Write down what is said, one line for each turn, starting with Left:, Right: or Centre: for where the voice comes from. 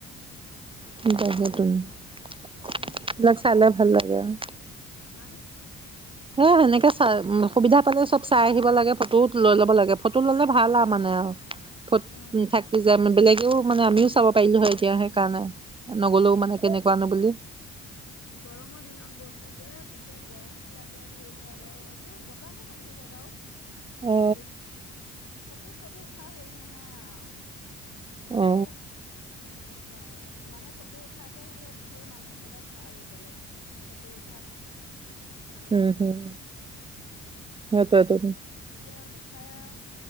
Right: স ত ব ত <inaudible>
Left: দিনতো
Right: এইবিলাক চানা ভাল লাগে আৰু।
Left: হা।
Right: এ সেনেকে চাই সুবিধা পালে চব চাই আহিব লাগে। ফটো লৈ ল'ব লাগে ফটো ললে ভাল আৰু মানে আৰু ফট
Left: অ
Right: থাকি যায় মানে বেলেগ এও মানে আমিও চাব পাৰিলো হয় এতিয়া সেইকাৰণে। নগলেও
Left: সেই
Right: মানে কেনেকুৱা নো বুলি?
Left: গৰমৰ দিনত গৈছো যে তেতিয়া গৰমো লাগে ধৰি লোৱা অলপ এ বতাহো মাৰি থাকে বাৰু।
Right: অ
Left: সেই <inaudible> ফটো চটো উঠা হেৰি নহয় আও। তেনেকে
Right: অ
Left: অ', তেনে কোৱা মানে ফটো উঠাকে হ'লে সেই মানুহ হ'লে ভা আৰু গ'লে ফটো উঠা লবলৈ
Right: হম, হম। সেইটোৱেতো
Left: এতিয়া নোঠাই আও।